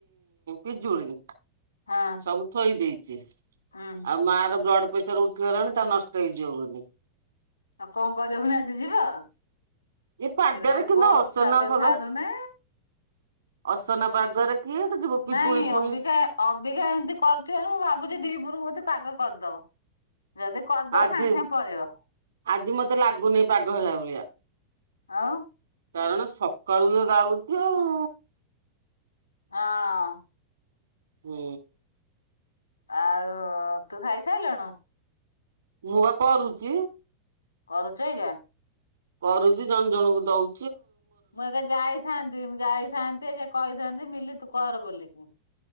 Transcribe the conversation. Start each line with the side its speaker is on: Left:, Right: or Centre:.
Right: ପିଜୁଳି।
Left: ହଁ
Right: ସବୁ ଥୋଇ ଦେଇଚି,
Left: ହୁଁ
Right: ଆଉ ମା ର ବ୍ଲଡ୍ ପେସର ଉଠିଗଲାଣି ତା ନଷ୍ଟ ହେଇ ଯିବ ବୋଲି।
Left: ଆଉ କଣ କରିବ ଫୁଣି ଆଜି ଯିବ?
Right: ଏ ପାଗରେ
Left: ଏରା
Right: କିନ୍ତୁ
Left: ବର୍ଷା
Right: ଅସନା
Left: ତ
Right: ପଦ
Left: ଛାଡୁନି।
Right: ଅସନା ପାଗରେ କିଏ ଯିବ ପିଜୁଳି
Left: ନାଇଁ
Right: ପୁଣି
Left: ଅବିକା ଅବିକା ଏମିତି କରିଥିବ ମୁଁ ଭାବୁଛି ଦିପୁହର କୁ ବୋଧେ ପାଗ କରିଦବ। ଯଦି କରିଦବ
Right: ଆଜି
Left: ସାଙ୍ଗେ ସାଙ୍ଗେ ପଳେଇବ।
Right: ଆଜି ମତେ ଲାଗୁନି ପାଗ ହେଲା ଭଳିଆ।
Left: ଆଉ।
Right: କାରଣ ସକାଳୁ ବି ଢାଳୁଛି ଆଉ।
Left: ହଁ।
Right: ହୁଁ।
Left: ଆଉ ତୁ ଖାଇ ସାଇଲୁଣୁ।
Right: ମୁଁ ବା କରୁଛି।
Left: କରୁଛୁ ଏଇଗା।
Right: କରୁଛି ଜଣ ଜଣଙ୍କୁ ଦଉ
Left: ମୁଁ ଏକା ଯାଇଥାନ୍ତି। ଯାଇଥାନ୍ତି ଏକା କହିଥାନ୍ତି ମିଲି ତୁ କର ବୋଲିକି।